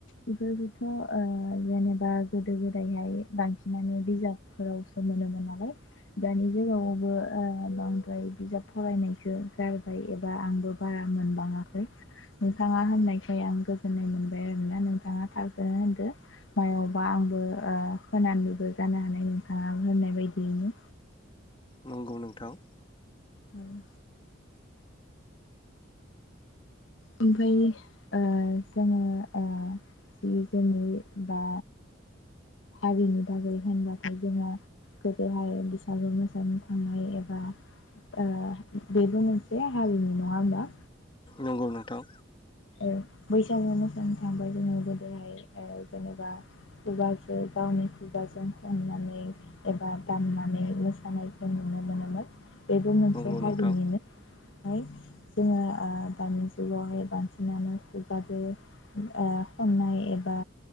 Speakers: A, on the left; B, on the left.
A: बेफोरफोरखौथ' ओ जेनेबा गोदो गोदायहाय बांसिनानो बिजाबफोरावसो मोनोमोन नालाय दानि जुगावावबो ओ बांद्राय बिजाब फरायनायखौ गारबाय एबा आंबो बारा मोनबाङाखै नोंथाङा होननायखाय आंबो होननाय मोनबाय आरोना नोंथाङा थारखौनो होनदो मायावबा आंबो ओ होनानैबो जानो हानाय नोंथाङा होननाय बायदियैनो
B: नंगौ नोंथां।
A: नांगौ ओमफ्रायनि आ जोङो आ जि जोमै बा हारिनि बागै होनबाथाय जोङो गोदोहाय बैसागु मोसानो थांनाय एबा आ बेबो मोनसे हारिनि नङा होमबा?
B: नंगौ नोंथां
A: आ बैसागु मोसानो थांबाय जोङो गोदोहाय ओ जेनेबा खुगाजों गावनि खुगाजों खननानै एबा दामनानै मोसानायखौ नुनो मोनोमोन। बेबो मोनसे
B: नंगौ
A: हारिनिनो
B: नोंथां
A: फ्राय जोङो आ दानि जुगावहाय बांसिन नानो खुगाजो आ खननाय एबा